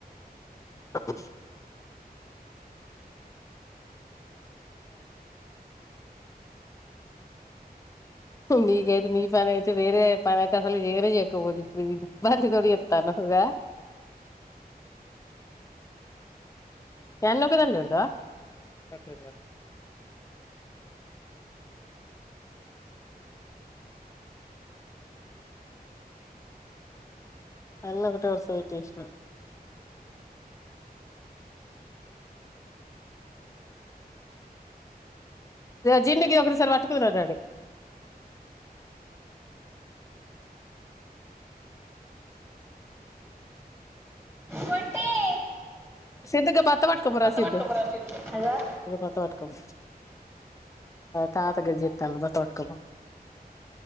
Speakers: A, on the left; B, in the centre.
A: చెప్పు మీకయితే మీ ఫ్యాన్ అయితే వేరే పనైతే అసలు చేయనే చేయకపోతివి ఇబ్బంది తోటి చేతన్నవ్ కదా నన్నొకదానే తిడతవా అన్ని ఒకటే వస్తాయ్ తీసిన జీడుకి ఒకరిసారి పట్టుకున్నాదది
B: పొట్టీ
A: సిద్ధగా భత పట్కోబోరా సిద్ధు
B: పట్టుకోపోరా సిద్ధు అదిగో
A: బత వాట్కోబ తాతగజ జితాన బత బట్కోబ